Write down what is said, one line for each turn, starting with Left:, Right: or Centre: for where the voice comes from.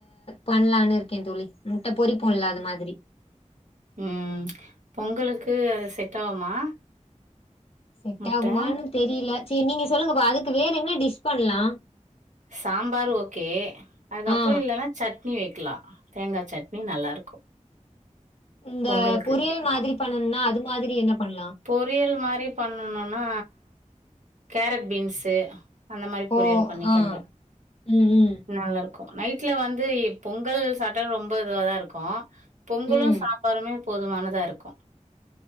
Left: பண்லான்னு இருக்கே தோழி முட்ட பொறிப்போல அது மாதிரி
Right: ம் பொங்கலுக்கு அது செட் ஆவுமா
Left: செட்
Right: முட்ட
Left: ஆகுமானு தெரில சேரி நீங்க சொல்லுங்க இப்ப அதுக்கு வேற என்ன டிஷ் பண்லா
Right: சாம்பார் ஓகே அதுக்கப்றோ
Left: ஆ
Right: இல்லன்னா சட்னி வைக்லா தேங்கா சட்னி நல்லாருக்கு,
Left: இந்த
Right: பொங்கலுக்கு
Left: பொரியல் மாதிரி பண்ணணுனா அது மாதிரி என்ன பண்லா
Right: பொரியல் மாரி பண்ணனுன்னா கேரட் பீன்ஸு அந்த மாரி பொரியல்
Left: ஓ!
Right: பண்ணிக்கங்க,
Left: ஆ. ம், ம்
Right: நல்லாருக்கு நைட்ல வந்து பொங்கல் சாப்ட்டா ரொம்ப இதுவாதா இருக்கு பொங்கலு
Left: ம்.
Right: சாம்பாருமே போதுமானதா இருக்கு,